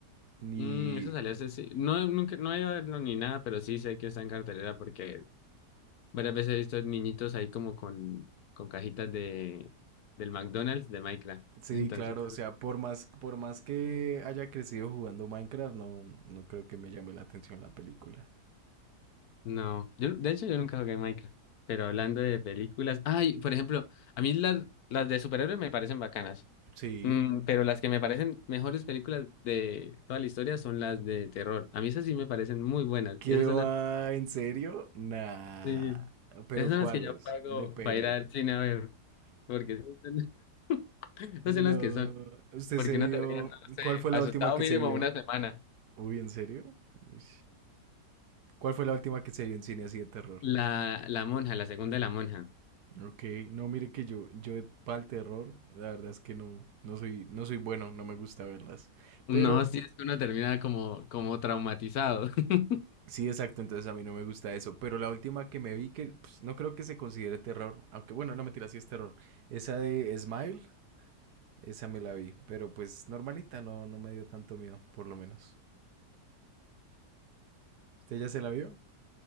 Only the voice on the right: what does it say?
Ni.
Sí,
claro, o sea, por más, por más que haya crecido jugando Minecraft, no, no creo que me llame la atención la película.
Sí.
¿Qué
va?
¿En serio? Nah.
¿Pero
cuáles?
Depende.
No.
¿Usted
se vio?
¿Cuál fue la
última que
se vio?
Uy, ¿en serio? Uy. ¿Cuál fue la última que se vio en cine así de terror?
Ok, no, mire que yo, yo para el terror, la verdad es que no, no soy, no soy bueno, no me gusta verlas.
Pero
Sí, exacto, entonces a mí no me gusta eso, pero la última que me vi que pues, no creo que se considere terror, aunque bueno, no mentira, sí es terror. Esa de Smile, esa me la vi, pero pues normalita, no, no me dio tanto miedo, por lo menos. ¿Usted ya se la vio?